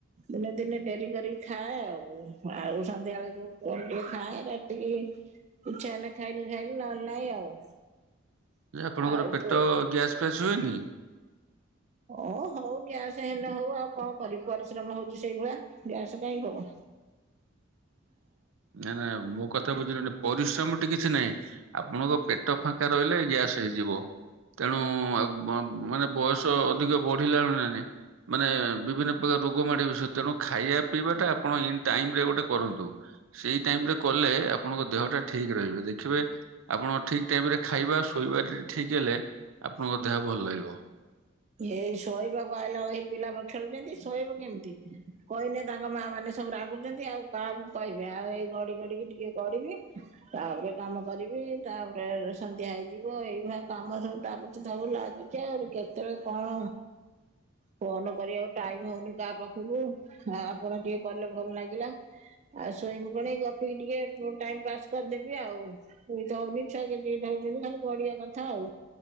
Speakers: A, on the right (about 35°); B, on the right (about 80°).
A: ଦିନେ ଦିନେ ଡେରି କରିକି ଖାଏ ଆଉ। ଆଉ ସନ୍ଧ୍ୟା ବେଳକୁ କଣ ଟିକେ ଖାଏ ରାତିକି ଇଚ୍ଛା ହେଲେ ଖାଇଲି ଖାଇଲି ନହେଲେ ନାହିଁ ଆଉ।
B: ଆପଣଙ୍କର
A: ଆଉ ଏବେ
B: ପେଟ ଗ୍ୟାସ୍ ଫ୍ୟାସ୍ ହୁଏନି?
A: ଓ ହଉ ଗ୍ୟାସ ହେନେ ହଉ ଆଉ କଣ କରିବି ପରିଶ୍ରମ ହଉଛି ସେଇଭଳିଆ ଗ୍ୟାସ କାଇ ହବ।
B: <inaudible> ନା ନା ମୋ କଥା ବୁଝିଲନି ପରିଶ୍ରମଟି କିଛି ନାହିଁ ଆପଣଙ୍କ ପେଟ ଫାଙ୍କା ରହିଲେ ଗ୍ୟାସ୍ ହେଇଯିବ, ତେଣୁ ଆ ମାନେ ବୟସ ଅଧିକ ବଢିଲାଣି ନା ନାହିଁ। ମାନେ ବିଭିନ୍ନ ପ୍ରକାର ରୋଗ ମାଡ଼ ବସିବ ତେଣୁ ଖାଇବା ପିଇବା ଟା ଆପଣ ଇନ ଟାଇମ ରେ ଗୋଟେ କରନ୍ତୁ। ସେଇ ଟାଇମ ରେ କଲେ ଆପଣଙ୍କ ଦେହ ଟା ଠିକ ରହିବେ, ଦେଖିବେ ଆପଣ ଠିକ ଟାଇମ ରେ ଖାଇବା ଶୋଇବା ଟା ଠିକ ହେଲେ ଆପଣଙ୍କ ଦେହ ଭଲ ଲାଗିବ।
A: ହେଇ ଶୋଇବାକୁ ଆଇଲା ହେଇ ପିଲା ପା ଖେଳୁଛନ୍ତି ଶୋଇବ କେମତି କହିନେ ତାଙ୍କ ମା ମାନେ ସବୁ ରାଗୁଛନ୍ତି ଆଉ କାହାକୁ କହିବେ ଆଉ ଏଇ ଘଡି ଗଡିିକି ଟିକେ ଗଡିବି। ତାପରେ କାମ କରିବି ତାପରେ ସନ୍ଧ୍ୟା ହେଇଯିବ ଏଇଭଳିଆ କାମ ସବୁ ତାପଛକୁ ତାକୁ ଲାଗି ଚି ଆଉ କେତଳେ କଣ ଫୋନ କରିବାକୁ ଟାଇମ ହଉନି କାଆ ପାଖକୁ ଆ ଆପଣ ଟିକେ କଲେ ଭଲ ଲାଗିଲା। ଆଉ ଶୋଇବୁ କଣ ଏଇ ଗପିକି ଟିକେ ଟାଇମ ପାସ୍ କରିଦେବି ଆଉ। ଶୁଇ ତ ହଉନି ଛୁଆ ଗେଜେ ଗେଜେ ହୋଉଛନ୍ତି, ଖାଲି ଗଡିବା କଥା ଆଉ